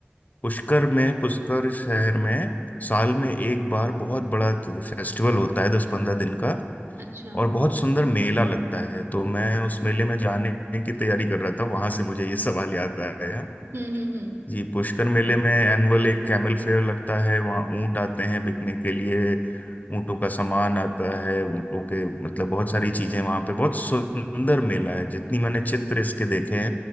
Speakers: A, on the left (about 40°); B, on the right (about 80°).
A: पुष्कर में पुष्कर शहर में साल में एक बार बहुत बड़ा फेस्टिवल होता है दस पंद्रह दिन का
B: अच्छा
A: और बहुत सुंदर मेला लगता है तो मैं उस मेले में जाने की तैयारी कर रहा था वहां से मुझे ये सवाल याद आया
B: हम्म हम्म हम्म
A: जी पुष्कर मेले में एनुअल एक कैमल फेयर लगता है वहाँ ऊंट आते हैं बिकने के लिए ऊंटों का सामान आता है ऊंटों के मतलब बहुत सारी चीजें वहां पे बहुत सुंदर मेला है जितनी मैंने चित्र इसके देखे